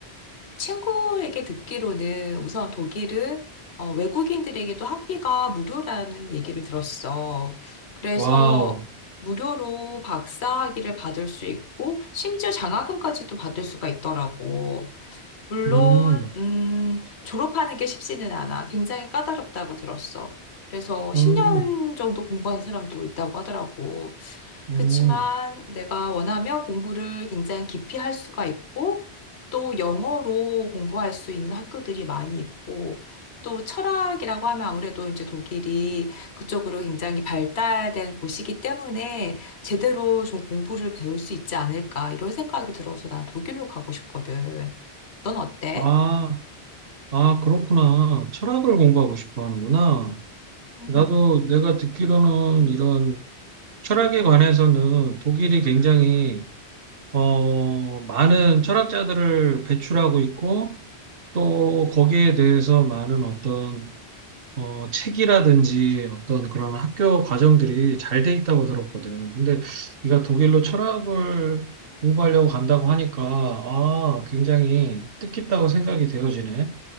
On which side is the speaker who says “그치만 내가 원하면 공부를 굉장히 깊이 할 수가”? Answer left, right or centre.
Left